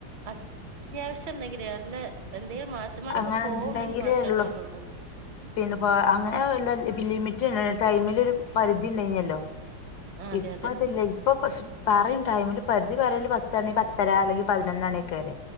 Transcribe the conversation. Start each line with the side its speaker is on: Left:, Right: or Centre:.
Right: അത്യാവശ്യം ഇണ്ടെങ്കിലെ ഓ ല്ല് എന്തേലും മാഷ്മ്മാരൊക്കെ
Left: അങ്ങനെ
Right: പോവ്ണ്ടെങ്കി
Left: ഉണ്ടെങ്കിലേ
Right: മാത്രേ
Left: ഉള്ളു
Right: ഇണ്ടാവലൊള്ളു
Left: പിന്നെ
Right: ആഹ്.
Left: അങ്ങനെ ലിമിറ്റ് ഇണ്ടായ്നി ടൈമ്ല് ഒരു പരിധി ഇണ്ടേയ്ന്യെല്ലോ
Right: അതെ
Left: ഇപ്പൊ
Right: അതെ
Left: അത് ഇല്ല ഇ ഇപ്പൊ പക്ഷെ പറയും ടൈമില് പരിധി പറയല് പത്തണി പത്തര അല്ലെങ്കി പതിനൊന്നണിയൊക്കെ വെരെ.